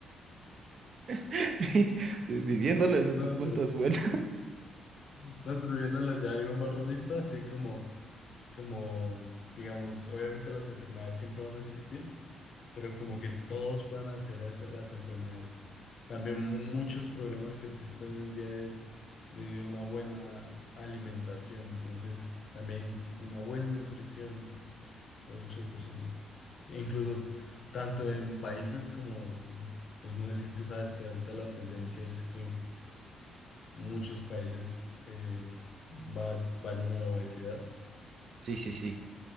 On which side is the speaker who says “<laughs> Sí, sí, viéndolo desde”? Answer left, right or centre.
Right